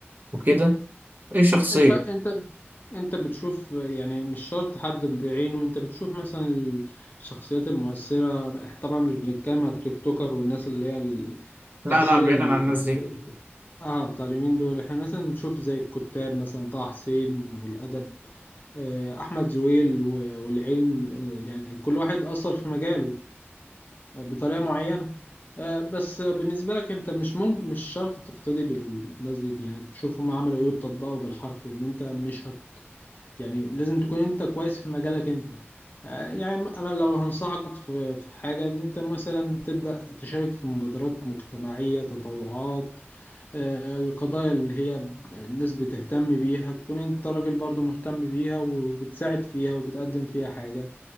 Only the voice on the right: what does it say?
وكده إيه شخصية
لا لا بعيدا
عن الناس دي